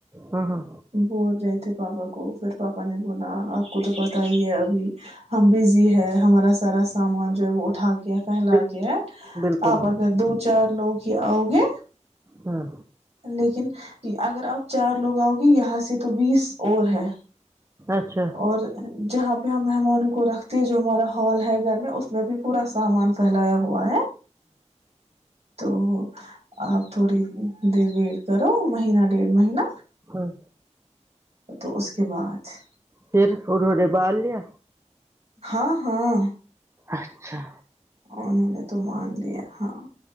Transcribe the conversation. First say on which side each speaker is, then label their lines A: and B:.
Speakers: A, on the right; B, on the right.
A: ہاں ہاں
B: بول رہے تھے پاپا کو پھر پاپا نے بولا آپ کو تو پت ہی ہے ابھی ہممبیزی ہے ہمارا سراس سامان جو ہے وہ اٹھا کے پھیلا
A: بالکل
B: کے ہیں
A: بالکل
B: آپ اگر دو چار لوگ ہی آؤ گے
A: ہاں
B: لیکن جی اگر آپ چار لوگ آؤ گے یہاں سے تو بیس اور ہے
A: اچھا
B: اور جہاں ہم مہمانوں کو رکھتے ہیں جو ہمارا ہال ہے گھر میں اس میں بھی پورا سامان پھیلایا ہوا ہے تو آپ تھوڑی دیر ویٹ کرو مہینہ ڈیڑھ مہینہ
A: ہاں
B: تو اس کے بعد
A: پھر ہور ہورے بال لیا
B: ہاں ہاں
A: اچھا
B: انہوں نے تو مان لیا ہاں